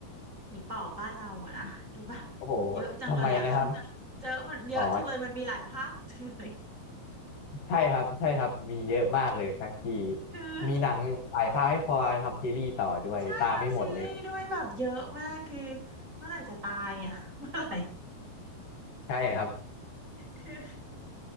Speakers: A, on the right (about 20°); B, on the left (about 80°).
A: ผีปอบบ้านเราอะนะดูแบบเยอะจังเลยอ่ะ
B: โอ้โหทำไมนะครับ
A: <laughs> เจอมันเยอะจังเลยมันมีหลายภาคจังเลย
B: อ๋อใช่ครับใช่ครับมีเยอะมากเลยชักกี้
A: คือ
B: มีหนังหลายภาคไม่พอทำซีรีส์ต่อด้วยตามไม่หมดเลย
A: ใช่ทำซีรีส์ด้วยแบบเยอะมาก คือเมื่อไหร่จะตายอ่ะ <laughs> เมื่อไหร่
B: ใช่ครับ
A: คือ